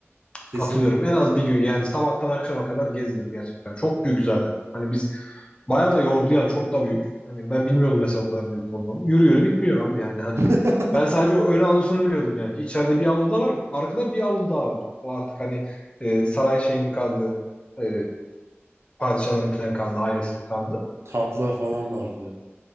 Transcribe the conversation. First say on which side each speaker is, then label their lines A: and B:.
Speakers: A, on the right (about 70°); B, on the left (about 25°).
A: Kesinlikle.
B: Katılıyorum. En az bir gün yani sabahtan akşama kadar gezilir gerçekten. Çok büyük zaten. Hani biz bayağı da yordu yani çok da büyük. Hani ben bilmiyordum mesela o kadar büyük olduğunu. Yürü yürü bitmiyor abi yani hani.
A: <laughs>
B: Ben sadece o ön avlusunu biliyordum yani. İçeride bir avlu daha var. Arkada bir avlu daha var. O artık hani e, saray şeyinin kaldığı e, padişahların falan kaldı. Ailesinin kaldı.
A: Tatlar falan
B: E,
A: vardı.